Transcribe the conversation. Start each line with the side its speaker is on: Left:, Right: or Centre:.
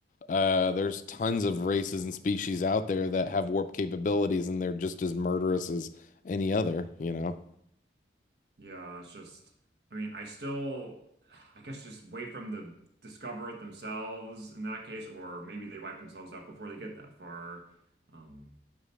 Left: uh, there's tons of races and species out there that have warp capabilities and they're just as murderous as any other, you know?
Right: Yeah, it's just I mean, I still I guess just wait from the discover it themselves in that case, or maybe they wipe themselves out before they get that far. Um,